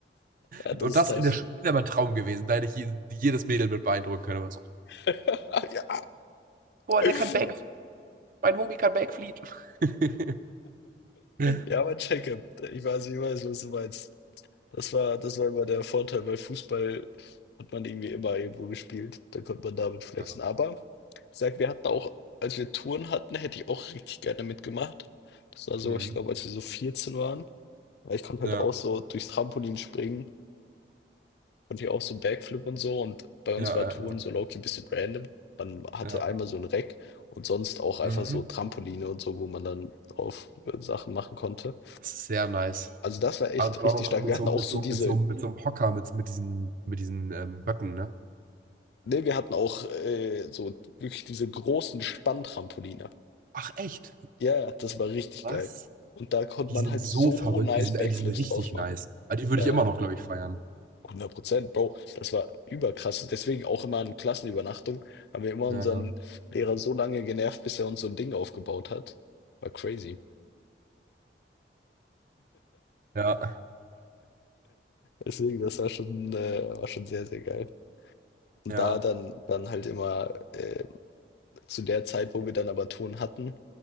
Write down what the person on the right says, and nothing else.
hat.
Und
das
in der Schule wäre mein Traum gewesen, da hätte ich je- jedes Mädel mit beeindrucken können. Und So,
boah,
der kann Back, mein Homie kann Backfliegen. <laughs> Ja,
ja,
mhm.
ja,
ja,
ja.
ja.
ja.
Mhm.
Das ist sehr nice.
Und dann
auch
noch mit
so,
mit
so,
mit so, mit so einem Hocker, mit, mit diesen, mit diesen ähm, Böcken, ne?
Ach, echt?
Was?
Die
sind
so
verrückt,
die sind,
ey, die sind richtig
nice. Aber die würde
ich
immer noch, glaube ich, feiern.
Ja,
ja.
Ja,
ja.